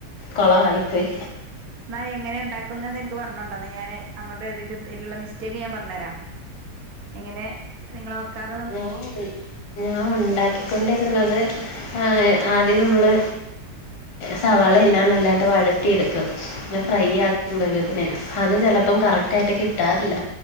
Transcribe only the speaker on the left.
കുളവായ്പ്പോയ്.
ഞാൻ ഞാൻ ഉണ്ടാക്കിക്കൊണ്ടിരുന്നത് ആഹ് ആദ്യം നമ്മള് സവാള എല്ലാം നല്ലായിട്ട് വഴറ്റിയെടുക്കും അല്ലെ ഫ്രൈ
ആക്കും പരുവത്തിന് അത് ചിലപ്പം കറക്റ്റ് ആയിട്ട് കിട്ടാറില്ല